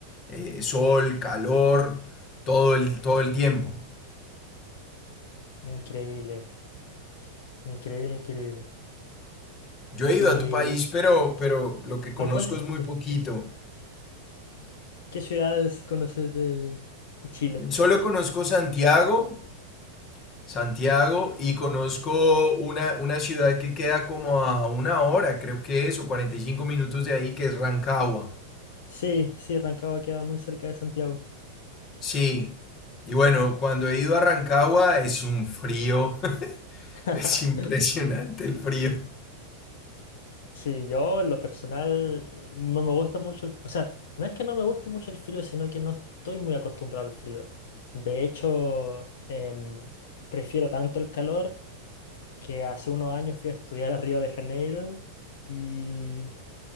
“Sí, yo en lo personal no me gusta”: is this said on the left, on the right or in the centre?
Left